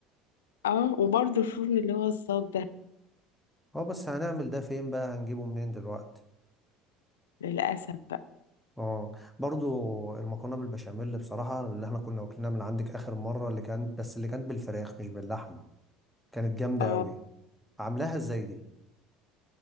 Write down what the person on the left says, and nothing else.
اه وبرده الفرن اللي هو الصاج ده
للاسف بقى
اه